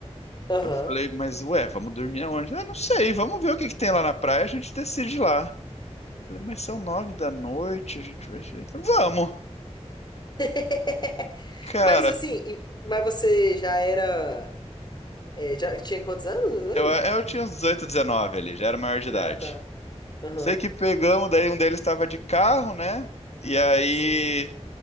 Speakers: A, on the left; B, on the left.
A: Aham.
B: Eu falei, mas ué, vamos dormir aonde? Ah, não sei, vamos ver o que que tem lá na praia, a gente decide lá. Falei, mas são nove da noite, a gente vai. Vamos!
A: <laughs>
B: Cara,
A: Mas assim, e- mas você já era. é, já tinha quantos anos mesmo?
B: Eu, eu tinha uns 18, 19 ali, já era maior de idade.
A: Ah, tá. Aham.
B: Sei que pegamos, daí um deles estava de carro, né? E aí
A: Sim.